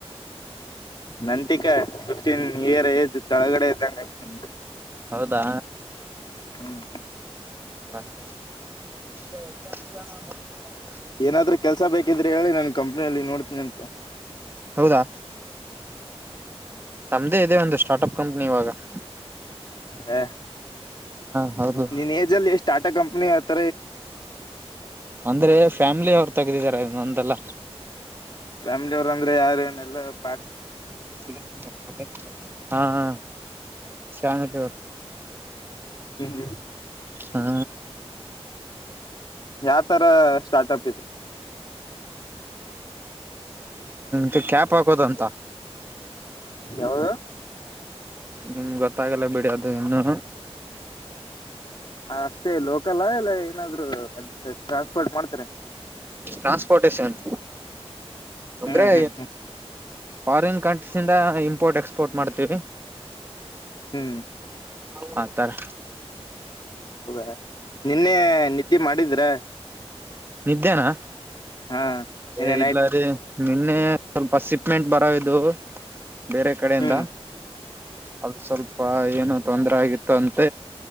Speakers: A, on the left; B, on the right.
A: ನ ಫಿಫ್ಟೀನ್ ಇಯರ್ ಏಜ್ ತಳಗಡೆ ಇದ್ದಂಗ
B: ಹೌದಾ
A: ಹ್ಮ್
B: ಹಾ ಮ ಎ ಕೆ ಜ ಹ
A: ಏನಾದ್ೂ ಕೆಲ್ಸ ಬೇಕಿದ್ರೆ ಹೇಳಿ ನಾನ ಕಂಪ್ನಿಯಲ್ಲಿ ನೋಡ್ತೀನಿಂತೆ
B: ಹೌದಾ ನಮ್ದೇ ಇದೇ ಒಂದು ಸ್ಟಾರ್ಟ್ ಅಪ್ ಕಂಪನಿ ಇವಾಗ <inaudible>
A: ಹಾ
B: ಹಾ ಹೌದು
A: ನಿನ್ ಏಜ್ಲ್ಲಿ ಎಷ್ಟ ಾಟಾ ಕಂಪ್ನಿ ಅತ್ತ
B: ಅಂದ್ರೆ ಫ್ಯಾಮಿಲಿ ಅವರು ತೆಗದಿದಿದ್ದಾರೆೊಂದಲ್ಲ
A: ಫ್ಯಾಮಿಲಿ ಅವರು ಅಂದ್ರೆ ಯಾರ ಏನೆಲ್ಲ ಪ
B: <inaudible> ಹಾ ಹ ಚಾನ ಅವ
A: ಹ್ಮ್ ಹ್ಮ್
B: ಹಾ
A: ಯಾವ ತರ ಸ್ಟಾರ್ಟಪ್ ಇದೆ
B: ಹ ಕ್ಯಾಪ್ ಹಾಕೋದಂತ
A: ಎವದು
B: ನಿಮ್ ಗೊತ್ತಾಗಲ್ಲ ಬಿಡೋದು ಇನ್ನು
A: ಅಷ್ಟೇ ಲೋಕಲಾ ಇಲ್ಲ ಏನಾದ್ರು ಅಲ್ಲಿ ಟ್ರಾನ್ಸ್ಪೋರ್ಟ್ ಮಾಡ್ತಾರೆ
B: ಟ್ರಾನ್ಸ್ಪೋರ್ಟೇಶನ್ ಅಂದ್ರೆ
A: ಹ್ಮ್ ಹ್ಮ್ ಹ್ಮ್
B: ಫಾರಿನ್ ಕಂಟ್ರೀಸ್ಂದ ಇಂಪೋರ್ಟ್ ಎಕ್ಸ್ಪೋರ್ಟ್ ಮಾಡ್ತೀವಿ
A: ಹ್ಮ್
B: ಹಾತರ
A: ಹೌದಾ ನಿನ್ನೆ ನಿದ್ದೆ ಮಾಡಿದ್ರ
B: ನಿದ್ದೇನಾ
A: ಹಾ ನಿನ್ನೆ
B: ಏ ಇಲ
A: ನೈಟ್
B: ರೀ ನಿನ್ನೆ ಸ್ವಲ್ಪ ಸಿಪ್ಮೆಂಟ್ ಬರ ಇದು ಬೇರೆ ಕಡೆಯಿಂದ
A: ಹ್ಮ್
B: ಅದು ಸ್ವಲ್ಪ ಅಪ್ಪ ಏನು ತೊಂದ್ರ ಆಗಿತ್ತು ಅಂತ